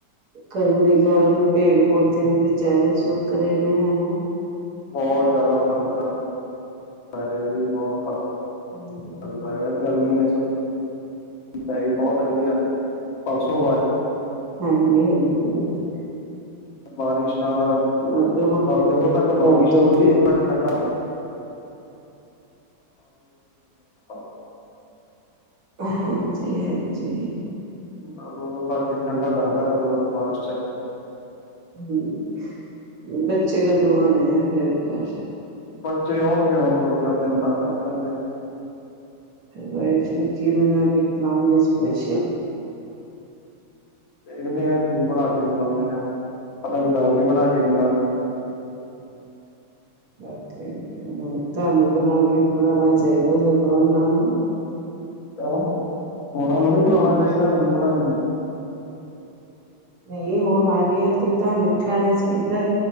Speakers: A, on the right; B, on the left.
A: ਗਰਮੀ ਕਾਰਨ ਪੇੜ ਪੌਦੇੇ ਵੀ ਬਚਾਰੇ ਸੁੱਕ ਰਹੇ ਨੇ, ਹਨਾ!
B: ਬਹੁਤ ਜਿਆਦਾ ਫਰਕ ਪਿਆ! ਪੈ ਰੇਆ ਵੀ, ਬਹੁਤ ਫਰਕ
A: ਹਾਂਜੀ
B: ਪੈ ਰੇਆ ਗਰਮੀ ਪਏ ਬਹੁਤ ਰਹੀ ਆ, ਪਰਸੋਂ ਬਾਅਦ
A: ਹਾਂਜੀ -ਹਾਂਜੀ
B: ਬਾਰਿਸ਼ ਨਾਲ
A: ਉਹ ਤੋਂ ਬਾਅਦ
B: ਬਸ ਜਦੋਂ ਤੱਕ
A: ਬਹੁਤ
B: ਬਾਰਿਸ਼ ਹੋ ਰਹੀ
A: ਗਿਆ
B: ਉਦੋਂ ਤੱਕ <unintelligible>
A: ਹਾਂਜੀ -ਹਾਂਜੀ
B: ਬਸ ਉਦੋਂ ਤਕ ਈ ਠੰਡਾ ਲੱਗਦਾ ਜਦੋਂ ਤਕ ਬਾਰਿਸ਼ ਚ
A: ਹੂੰ ਬੱਚੇ ਕਦੋਂ ਆਣੇ ਆ ਫੇਰ ਘਰ।
B: ਬੱਚੇ ਆਉਣਗੇ ਹੁਣ, ਦੋ ਚਾਰ ਦਿਨ ਤੱਕ ਆ ਜਾਣਗੇ।
A: ਵਾਈਫ ਨੂੰ ਕੀ ਬਣਾ ਕੇ ਖਿਲਾਉਂਗੇ ਸਪੈਸ਼ਲ?
B: ਦੇਖਦੇ ਹਾਂ ਕੀ ਬਣਾ ਕੇ ਖਿਲਾਉਨੇ ਆ? ਪਤਾ ਨੀ ਵਾਈਫ ਵੀ ਬਣਾ ਕੇ ਖਿਲਾਉਗੀ।
A: ਓਕੇ ਤੁਹਾਨੂੰ ਬਣਾ ਕੇ ਖਲਾਣਾ ਚਾਹੀਦਾ, ਸਗੋਂ ਉਹਨਾਂ ਨੂੰ।
B: ਕਿਉਂ ਉਨਾਂ ਨੂੰ ਨੀ ਖਲਾਉਣਾ ਚਾਹੀਦਾ ਮੈਨੂੰ ਬਣਾ ਕੇ?
A: ਨਹੀਂ, ਉਹ ਆ ਰਹੇ ਆ ਤੇ ਤੁਹਾਨੂੰ ਖਲਾਣਾ ਚਾਹੀਦਾ।